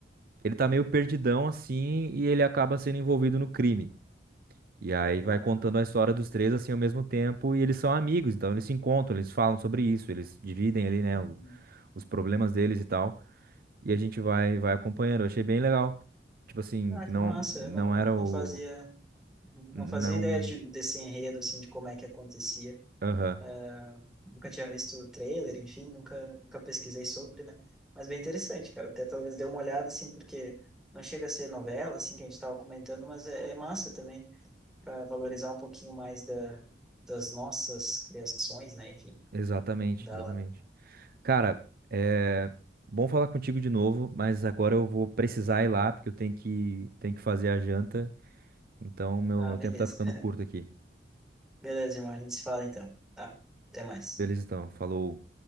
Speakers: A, on the right; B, in the centre.
A: ele tá meio perdidão assim e ele acaba sendo envolvido no crime. E aí vai
B: ah.
A: contando a história dos três assim ao mesmo tempo e eles são amigos, então eles se encontram, eles falam sobre isso, eles dividem ali, né,
B: Uhum.
A: o- os problemas deles e tal. E a gente vai vai acompanhando. Eu achei bem legal. Tipo assim,
B: Ah,
A: que
B: que
A: não
B: massa,
A: não
B: eu não,
A: era o
B: não fazia, não
A: não,
B: fazia ideia de, desse enredo, assim, de como é que acontecia.
A: aham,
B: Ah, nunca tinha visto o trailer, enfim, nunca, nunca pesquisei sobre, né? Mas bem interessante, cara, até talvez dê uma olhada, assim, porque não chega a ser novela, assim, que a gente estava comentando, mas é, é massa também. para valorizar um pouquinho mais da, das nossas criações, né? Enfim,
A: exatamente,
B: da
A: exatamente.
B: hora.
A: Cara, é bom falar contigo de novo, mas agora eu vou precisar ir lá porque eu tenho que tenho que fazer a janta. Então, meu,
B: Ah,
A: meu
B: beleza.
A: tempo tá ficando
B: <laughs>
A: curto aqui.
B: Beleza, irmão. A gente se fala então, tá? Até mais.
A: Beleza, então. Falou.